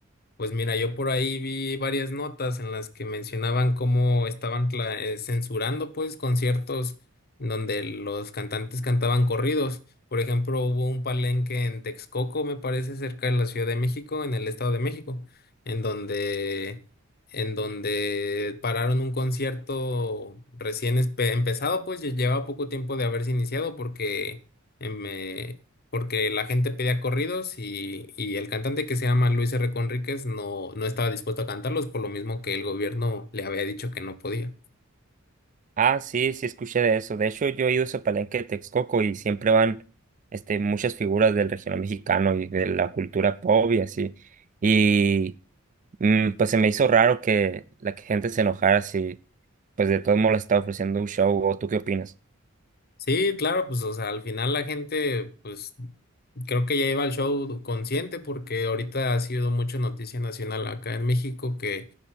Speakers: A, on the left (about 45°); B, on the right (about 35°).
A: Pues mira, yo por ahí vi varias notas en las que mencionaban cómo estaban cla- eh, censurando pues conciertos en donde los cantantes cantaban corridos. Por ejemplo, hubo un palenque en Texcoco, me parece, cerca de la Ciudad de México, en el Estado de México, en donde en donde pararon un concierto recién espe- empezado, pues ya lleva poco tiempo de haberse iniciado porque em, eh, porque la gente pedía corridos y, y el cantante que se llama Luis R. Conríquez no, no estaba dispuesto a cantarlos por lo mismo que el gobierno le había dicho que no podía.
B: Ah, sí, sí, escuché de eso. De hecho, yo he ido a ese palenque de Texcoco y siempre van, este, muchas figuras del regional mexicano y de la cultura pop y así. Y, mm, pues se me hizo raro que la gente se enojara si, pues de todos modos le estaba ofreciendo un show, ¿o tú qué opinas?
A: Sí, claro, pues, o sea, al final la gente, pues, creo que ya iba al show consciente porque ahorita ha sido mucho noticia nacional acá en México que,